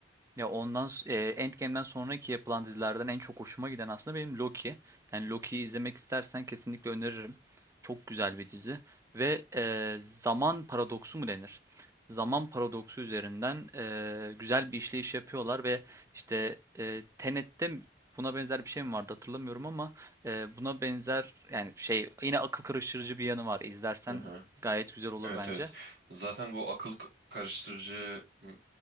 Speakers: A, on the right; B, on the right.
A: Ya ondan s- e, Endgame'den sonraki yapılan dizilerden en çok hoşuma giden aslında benim Loki. Yani Loki'yi izlemek istersen kesinlikle öneririm. Çok güzel bir dizi ve e, zaman paradoksu mu denir? Zaman paradoksu üzerinden e, güzel bir işleyiş yapıyorlar ve işte e, Tenet'te buna benzer bir şey mi vardı hatırlamıyorum ama e, buna benzer yani şey yine akıl karıştırıcı bir yanı var. İzlersen
B: Hı hı.
A: gayet güzel olur
B: Evet
A: bence.
B: evet. Zaten bu akıl k- karıştırıcı m-